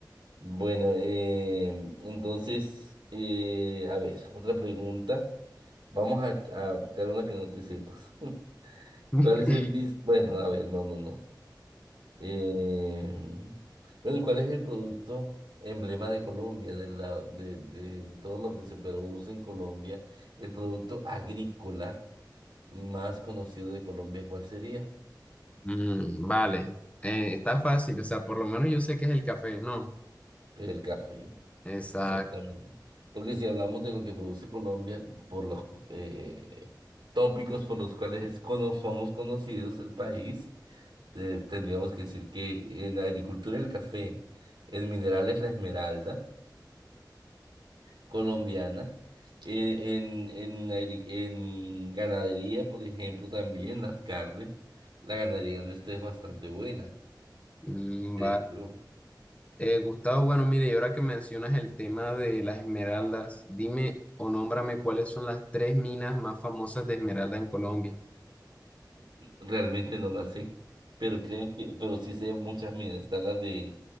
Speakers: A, on the right; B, on the left.
A: Bueno, eh, entonces, eh, a ver, otra pregunta. Vamos a, a buscar una que no te sepas. <laughs>
B: <laughs>
A: ¿Cuál es el dis- Bueno, a ver, no, no, no. Eh, bueno, ¿cuál es el producto emblema de Colombia, de, la, de, de, de todo lo que se produce en Colombia? El producto agrícola más conocido de Colombia, ¿cuál sería?
B: Mm, vale, Eh, está fácil, o sea, por lo menos yo sé que es el café, ¿no?
A: El café.
B: Exacto,
A: Exactamente. Porque si hablamos de lo que produce Colombia, por los eh, tópicos por los cuales es cono- somos conocidos el país, de- tendríamos que decir que en la agricultura el café, en minerales la esmeralda colombiana, eh, en, en, agri- en ganadería, por ejemplo, también las carnes, la ganadería nuestra es bastante buena,
B: Mm,
A: creo
B: vale.
A: yo.
B: Eh, Gustavo, bueno, mire, y ahora que mencionas el tema de las esmeraldas, dime o nómbrame cuáles son las tres minas más famosas de esmeralda en Colombia.
A: sí, realmente no la sé, pero creo que, pero sí sé muchas minas, está la de,